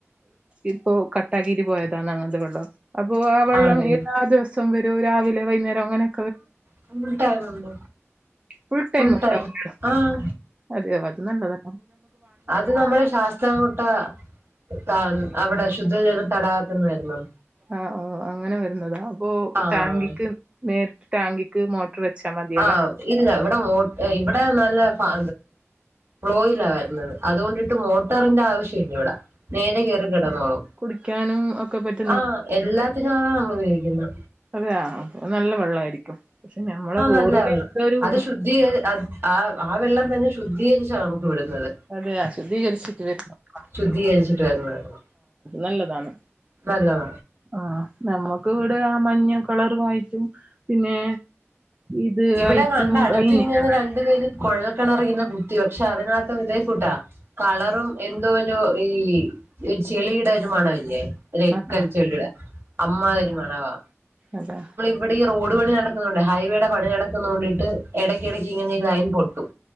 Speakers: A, on the right; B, on the right.
A: ഇപ്പോ കട്ടാകിട്ട് പോയതാണ് അങ്ങൻത്തെ വെള്ളം. അപ്പൊ ആ വെള്ളം
B: ആണല്ലേ
A: എല്ലാ ദിവസം വരോ രാവിലെ വൈകുന്നേരം അങ്ങനൊക്കെ
B: ഫുൾട്ടൈമുണ്ട്
A: ഫുൾ ടൈം
B: ഫുൾട്ടൈം
A: ഉണ്ടാവുല്ലോ
B: ആഹ്.
A: അതെയോ അത് നല്ലതാ.
B: അത് നമ്മളെ ശാസ് താംകോട്ട അത അവിടെ ശുദ്ധജല തടാകത്ത്ന്ന് വര്ന്നതാ.
A: ആ ആ അങ്ങനെ വര്ന്നതാ അപ്പൊ
B: ആഹ്
A: ടാങ്കിക്ക് നേരിട്ട് ടാങ്കിക്ക് മോ ട്ട്‌റ് വെച്ചാ മത്യല്ലേ?
B: ആഹ് ഇല്ല ഇവ്ടെ മോ ഇവ്ടെ നല്ല ഫ ഫ്ലോയില വര്ന്നത് അതുകൊണ്ടിട്ട് മോട്ടറിന്റെ ആവശ്യം ഇല്ല ഇവിടെ. നേരെ കേറി കിടന്നോളും.
A: കുടിക്ക്യാനും ഒക്കെ പറ്റു
B: ആ എല്ലാത്തിനും ആ ഉപയോഗിക്കുന്നെ.
A: അതെയോ ന്നല്ല വെള്ളായിരിക്കും പക്ഷെ ഞമ്മള് ബോറിഎന്തൊരു
B: നല്ല വെള്ളം അത് <unintelligible> ആഹ് ആ വെള്ളംതെന്നെ ശുദ്ധീകരിച്ചാ ന്നമുക്ക് വിടുന്നത്.
A: അതെയാ ശുദ്ധീകരിച്ച്റ്റ് വെര്ന്ന് വെള്ള.
B: ശുദ്ധീകരിച്ചിട്ട് വെര്ന്നവെള്ള
A: നല്ലതാണ്
B: ന്നല്ലത.
A: ആഹ് ന്നമ്മക്ക് ഇവടെ ആമഞ്ഞകളറആയിട്ടും പിന്നെ ഇത്
B: ഇവിടെ
A: ആയിട്ടും
B: കണ്ടഅട്ത്ത്
A: കഴിഞ്ഞില്ല
B: ഇങ്ങനെ രണ്ടു പേര് കുഴൽക്കിണറങ്ങനെ കുത്തി പക്ഷെഅതിനകത്ത ഇതേഫൂഡാ. കളറും എന്തോഒരു ഈ ഇചെളിയുടെ ഒരു മണമില്ലേ ഒര് എക്കൽ
A: ആഹ് ആഹ്
B: ചെളിയുടെഅമ്മാരിമണവാ.
A: അതെ.
B: ഇവിടെ ഈറോഡ് പണി നടക്കുന്നോണ്ട് ഹൈവേയുടെ പണി നടക്കുന്നതോണ്ട്ട്ട് എടയ്ക്കെടയ്ക്ക് ഇങ്ങനെ ഈലൈൻ പൊട്ടും.